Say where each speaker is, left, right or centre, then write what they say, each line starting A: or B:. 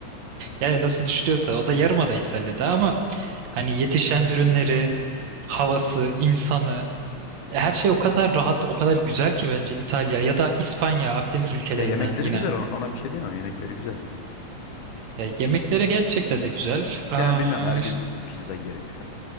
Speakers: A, on the right (about 70°); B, on the left (about 80°).
A: Yani nasıl düşünüyorsa o da yarımada İtalya'da ama hani yetişen ürünleri, havası, insanı e, her şey o kadar rahat, o kadar güzel ki bence İtalya ya da İspanya, Akdeniz ülkelerinden
B: Ya yemekleri
A: yine.
B: güzel ona ona bir şey diyemem yemekleri güzel.
A: Ya yemekleri gerçekten de güzel. Aa,
B: Bir de yani bilmiyorum her gün
A: işte
B: pizza yiyerek falan.